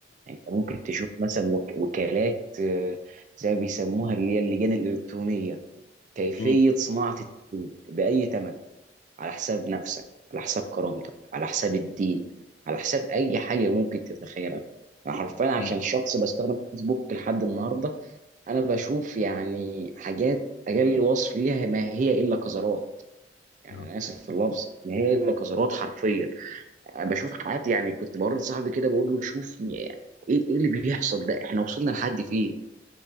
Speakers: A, on the right (about 40°); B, on the left (about 75°).
A: يعني أنت ممكن تشوف مثلا وك- وكالات آه، زي ما بيسموها اللي هي اللجان الإلكترونية كيفية
B: مم.
A: صناعة التدين بأي ثمن على حساب نفسك على حساب كرامتك على حساب الدين على حساب أي حاجة ممكن تتخيلها أنا حرفيا عشان
B: هي-
A: شخص بستخدم فيسبوك لحد النهاردة أنا بشوف يعني حاجات أقل وصف ليها ما هي إلا قذرات يعني
B: آه.
A: أنا آسف في اللفظ ما هي إلا قذرات حرفيا بشوف حالات يعني كنت بورد صاحبي كده بقول له شوف م- ايه إيه اللي بيحصل ده احنا وصلنا لحد فين